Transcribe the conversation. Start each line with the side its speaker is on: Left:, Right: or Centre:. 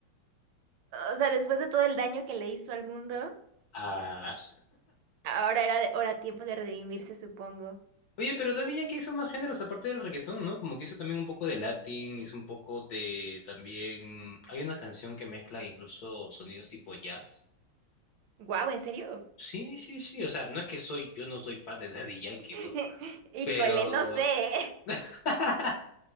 Right: O sea, después de todo el daño que le hizo al mundo,
Left: Ah.
Right: ahora era, de- ahora tiempo de redimirse, supongo.
Left: Oye, pero Daddy Yankee hizo más géneros aparte del reggaetón, ¿no? Como que hizo también un poco de Latin, hizo un poco de también... Hay una canción que mezcla incluso sonidos tipo jazz.
Right: Wow, ¿en serio?
Left: Sí, sí, sí. O sea, no es que soy, yo no soy fan de Daddy Yankee,
Right: <laughs>
Left: ¿no?
Right: Híjole,
Left: Pero...
Right: no sé.
Left: <laughs>